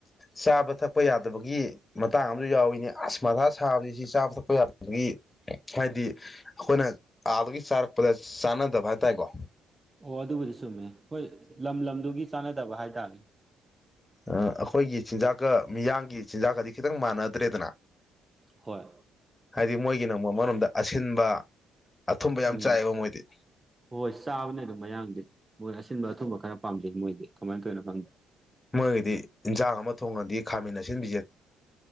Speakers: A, on the left; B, on the right.
A: ꯆꯥꯕ ꯊꯛꯄ ꯌꯥꯗꯕꯒꯤ ꯃꯇꯥꯡ ꯑꯃꯁꯨ ꯌꯥꯎꯏꯤꯅꯦ ꯑꯁꯃꯊꯥ ꯁꯥꯕꯁꯤ ꯁꯤ ꯆꯥꯕ ꯊꯛꯄ ꯌꯥꯗ ꯑꯗꯒꯤ ꯍꯥꯏꯗꯤ ꯑꯩꯈꯣꯏꯅ ꯑꯥꯗꯒꯤ ꯆꯥꯔꯛꯄꯗ ꯆꯥꯟꯅꯗꯕ ꯍꯥꯏꯇꯥꯔꯦꯀꯣ
B: ꯑꯣ ꯑꯗꯨꯕꯨꯗꯤ ꯆꯨꯝꯃꯦ ꯍꯣꯏ ꯂꯝ ꯂꯝꯗꯨꯒꯤ ꯆꯅꯗꯕ ꯍꯥꯏ ꯄꯃꯤ
A: ꯑꯩꯈꯣꯏꯒꯤ ꯆꯤꯟꯖꯥꯛꯀ ꯃꯤꯌꯥꯝꯒꯤ ꯆꯤꯟꯖꯥꯛꯀꯗꯤ ꯈꯤꯇꯪ ꯃꯥꯟꯅꯗ꯭ꯔꯦꯗꯅ
B: ꯍꯣꯏ
A: ꯍꯥꯏꯗꯤ ꯃꯣꯏꯒꯤ ꯅꯪ ꯑꯃꯔꯣꯝꯗ ꯑꯁꯤꯟꯕ ꯑꯊꯨꯝꯕ ꯌꯥꯝ
B: ꯎꯝ
A: ꯆꯥꯏꯑꯕ ꯃꯣꯏꯗꯤ
B: ꯍꯣꯏ ꯆꯥꯕꯅꯦ ꯑꯗꯨꯝ ꯃꯌꯥꯡꯗꯤ ꯃꯣꯔꯁꯤꯦ ꯑꯁꯤꯤꯟꯕ ꯑꯊꯨꯝꯕ ꯈꯔ ꯄꯥꯝꯖꯩ ꯃꯣꯏꯗꯤ ꯀꯃꯥꯏꯅꯧꯅꯣꯪꯗꯦ
A: ꯃꯣꯏꯒꯤꯗꯤ ꯏꯟꯖꯥꯡ ꯑꯃ ꯊꯣꯡꯉꯗꯤ ꯈꯥꯃꯤꯟꯅꯁꯤꯟꯕꯤꯁꯦ